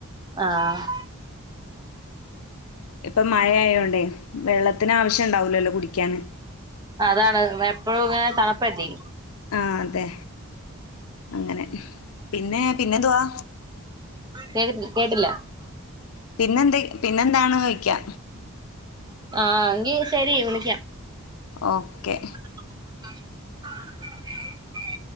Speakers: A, on the right; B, on the left.
A: ആഹ്.
B: ഇപ്പൊ മയയോണ്ടേ വെള്ളത്തിന് ആവശ്യ ണ്ടാവൂലല്ലോ കുടിക്കാന്.
A: അതാണ് എപ്പഴും ഇങ്ങനെ തണ്പ്പല്ലേ.
B: ആഹ് അതെ അങ്ങനെ പിന്നെ പിന്നെ ന്തുവാ?
A: കെ കേട്ടില്ല.
B: പിന്നെന്തെ പിന്നന്താണോയ്ക്കാ.
A: ആഹ് ങ്കി ശെരി വിളിക്കാം.
B: ഓക്കെ.
A: <inaudible>